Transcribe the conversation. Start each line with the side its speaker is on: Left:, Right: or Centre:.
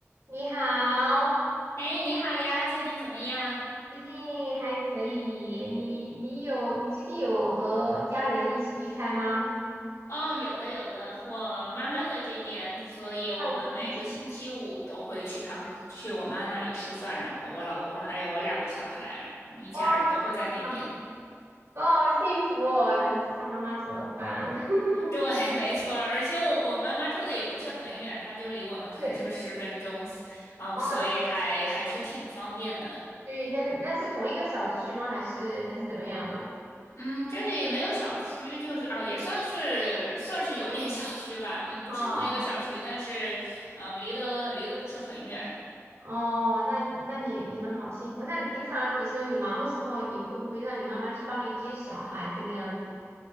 Right: 你好，
Left: 哎，你好呀，最近怎么样？
Right: 最近还可以。你你有你最近有和家人一起聚餐吗？
Left: 嗯，有的有的，我妈妈在这边，
Right: <laughs> 哦
Left: 所以我们每个星期五都会去他们去我妈那里吃饭，
Right: 太好幸福了
Left: 然后我老公还有我两个小孩，我们一家人都会在那边。
Right: 哇，我好幸福哦，能吃上妈妈煮的饭。<laughs>
Left: <laughs> 对，没错儿而且我我妈妈住的也不是很远，她就离我们开车十分钟，
Right: 是
Left: 嗯，
Right: 哦，
Left: 所以还还是挺方便的。
Right: 对，那是那是同一个小区吗？还是还是怎么样的？
Left: 嗯，这里没有小区，就是啊，也算是算是有点 <laughs> 小区吧。嗯，不是同一个小区，
Right: 哦
Left: 但是嗯，离得离得不是很远。
Right: 哦，那那你你们好幸福。那你平常比如说你忙的时候，你会不会让你妈妈去帮你接小孩这个样子？